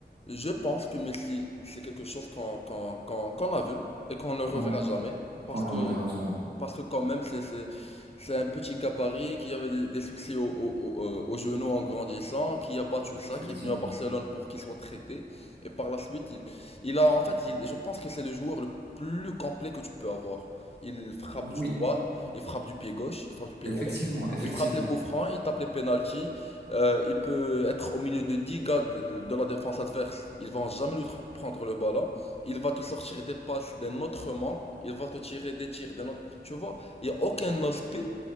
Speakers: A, on the left; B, on the right.
A: je pense que Messi, c'est quelque chose qu'on, qu'on, qu'on, qu'on a vu et qu'on ne reverra
B: Qu'on
A: jamais. Parce
B: qu'on ne
A: que
B: reverra jamais.
A: Parce que quand même, c'est c'est- c'est un petit gabarit qui avait des, des soucis au, au, au, euh, au genou en grandissant, qui a battu ça,
B: Effectivement.
A: qui est venu à Barcelone pour qu'il soit traité. Et par la suite, il, il a en fait, il- je pense que c'est le joueur le plus complet que tu peux avoir. Il frappe
B: Oui,
A: du droit, il frappe du pied gauche, il frappe du pied
B: effectivement,
A: droit.
B: effectivement.
A: Il frappe les coups francs, il tape les pénaltys. Euh, il peut être au milieu de 10 gars de, de la défense adverse. Ils vont jamais lui tra- prendre le ballon. Il va te sortir des passes d'un autre monde. Il va te tirer des tirs d'un autre. Tu vois, il n'y a aucun aspect